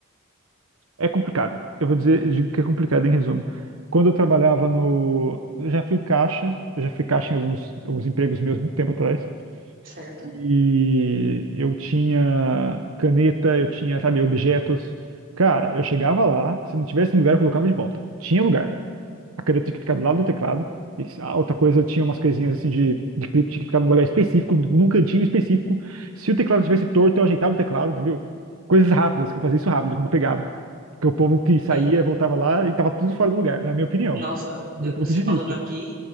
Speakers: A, on the right (about 85°); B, on the right (about 45°).
A: é complicado. Eu vou dizer, digo que é complicado em resumo. Quando eu trabalhava no. Eu já fui caixa, eu já fui caixa em alguns, alguns empregos meus, muito tempo atrás.
B: Certo?
A: e eu tinha caneta, eu tinha, sabe, objetos. Cara, eu chegava lá, se não tivesse um lugar, eu colocava de volta. Tinha lugar. A caneta tinha que ficar do lado do teclado. E se- a outra coisa, tinha umas coisinhas assim de, de clipe, tinha que ficar num lugar específico, num cantinho específico. Se o teclado estivesse torto, eu ajeitava o teclado, entendeu? Coisas rápidas, que eu fazia isso rápido quando eu pegava. Porque o povo que saía,
B: Sim.
A: voltava lá e tava tudo fora do lugar, na minha opinião,
B: Nossa,
A: do
B: eu-
A: meu ponto
B: você
A: de vista.
B: falando aqui,